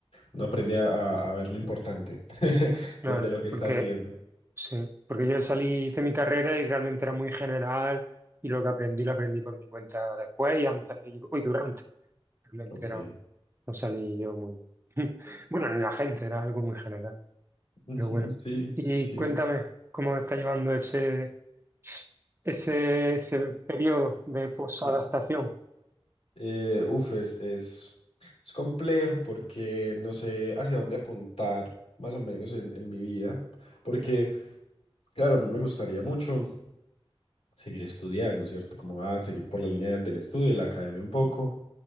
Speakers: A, on the left; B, on the right.
A: no aprende a, a- a ver lo importante <laughs>
B: Claro,
A: de, de lo que
B: porque
A: está haciendo.
B: sí, porque yo salí, hice mi carrera y realmente era muy general y lo que aprendí lo aprendí por mi cuenta después y antes y, y durante. Realmente
A: Ok.
B: era, no salí yo muy... <laughs> Bueno, ni la gente, era algo muy general,
A: Ujú,
B: pero bueno.
A: Sí,
B: Y
A: sí.
B: cuéntame, ¿cómo está llevando ese, ese, ese periodo de posadaptación?
A: Mm. Eh, uf, es, es, es complejo porque no sé hacia dónde apuntar, más o menos en, en mi vida, porque, claro, a mí me gustaría mucho seguir estudiando, ¿cierto? Como ah, seguir por la línea del estudio, de la academia un poco,